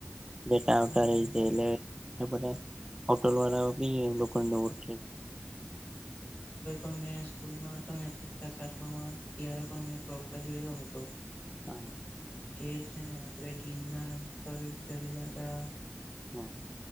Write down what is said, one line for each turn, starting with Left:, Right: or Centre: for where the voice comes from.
Right: જતા આવતા
Left: હા
Right: રહે
Left: હા
Right: છે. ને બઘયે હોટેલ વાળા ભી એ લોકોને ઓળખે.
Left: આગળ પણ મેં સ્કૂલમાં હતો ને છથા સાતમામાં. ત્યારે પણ મેં પ્રવાસ જયો હતો.
Right: હમ <unintelligible>
Left: તે છે ને આપડે ગિરનાર પર ચડેલા હતા
Right: હમ